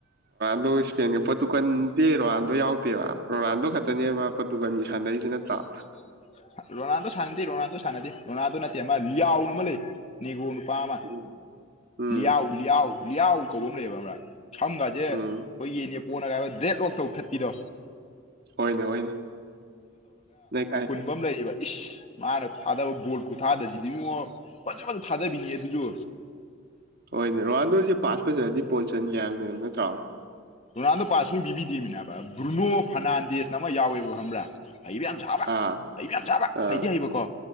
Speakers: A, on the right; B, on the left.
A: ꯑꯗꯣ ꯏꯁꯄꯦꯟꯒꯤ ꯄꯣꯠꯇꯨꯀꯟꯗꯤꯦ ꯔꯣꯕꯥꯥꯟꯗꯣ ꯌꯥꯎꯗꯦꯕ ꯔꯣꯨꯔꯥꯟꯗꯣ ꯈꯛꯇꯅꯦꯕ ꯄꯣꯠꯇꯨꯀꯟꯒꯤ ꯁꯥꯟꯅꯔꯤꯁꯤ ꯅꯠꯇ꯭ꯔꯣ
B: <unintelligible> ꯔꯣꯅꯥꯜꯗꯣ ꯁꯥꯟꯤ ꯔꯣꯅꯥꯜꯗꯣ ꯁꯥꯟꯤ ꯔꯣꯅꯥꯜꯗꯣ ꯅ ꯑ ꯂ ꯅ ꯃ ꯂꯩꯅꯤꯉ ꯅꯨꯄꯥ ꯑꯃ
A: ꯎꯝ ꯎꯝ
B: ꯂꯤꯍꯎ ꯂꯤꯍꯥꯎ ꯂꯤꯌꯥꯎ ꯀꯧꯕ ꯑꯃ ꯂꯩꯌꯦꯕ ꯑꯃꯥ ꯁꯝꯒꯁꯦ ꯑꯩꯈꯣꯏꯒꯤ
A: ꯎꯝ
B: ꯅꯦꯄꯣꯅ ꯀꯥꯏꯕ ꯗꯦꯠꯂꯣꯛ ꯇꯧ ꯊꯠꯄꯤꯗꯣ
A: ꯍꯣꯏꯅꯦ ꯍꯣꯏꯅꯦ ꯅ ꯀꯥꯏ
B: ꯝ ꯂꯩꯔꯤꯕ ꯏꯁ ꯃꯥꯅ ꯊꯥꯗꯕ ꯕꯣꯜ ꯈꯨꯊꯥꯗꯕꯁꯤꯗꯤ ꯑꯃꯉꯛ ꯐꯖ ꯐꯖ ꯊꯥꯗꯕꯤꯅꯤ ꯑꯗꯨꯁꯨ
A: ꯍꯣꯏꯅꯦ ꯔꯣꯅꯥꯜꯗꯣꯁꯦ ꯄꯥꯁ ꯐꯖꯔꯗꯤ ꯄꯣꯟꯠꯁꯤꯟꯒꯦ ꯍꯥꯏꯕꯅꯦ ꯅꯠꯇ꯭ꯔꯣ
B: ꯔꯣꯅꯥꯜꯗꯣ ꯄꯥ ꯁꯨꯝ ꯄꯤꯕꯤꯗꯦꯃꯤꯕ ꯕ꯭ꯔꯨꯅꯣ ꯐꯔꯅꯥꯟꯗꯦꯁꯅ ꯑꯃ ꯌꯥꯎꯋꯦꯕ ꯈꯕ꯭ꯔꯥ ꯍꯩꯕ ꯌꯥꯝ ꯁꯥꯕ
A: ꯑꯥ
B: ꯍꯩꯕ ꯌꯥꯝ ꯁꯥꯕ
A: ꯑꯥ
B: ꯍꯩꯗꯤ ꯍꯩꯕꯀꯣ